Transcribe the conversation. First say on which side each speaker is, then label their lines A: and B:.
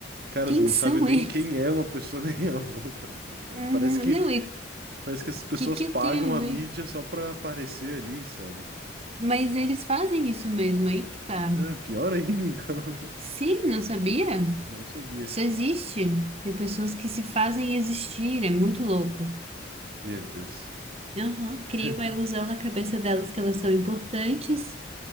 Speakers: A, on the right; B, on the right.
A: Cara,
B: Quem
A: tu não
B: são
A: sabe nem
B: eles?
A: quem é uma pessoa <laughs> nem a outra, tá ligado?
B: Uhum.
A: Parece que,
B: Não, e o
A: parece que essas pessoas
B: que que
A: pagam
B: eu tenho a
A: a mídia
B: ver?
A: só pra aparecer ali, sabe?
B: Mas eles fazem isso mesmo, aí que tá.
A: É, pior ainda, então.
B: Sim,
A: <laughs>
B: não sabia?
A: Não sabia.
B: Isso existe. Tem pessoas que se fazem existir, é muito louco.
A: Meu Deus.
B: Aham, Cria
A: <laughs>
B: uma ilusão na cabeça delas que elas são importantes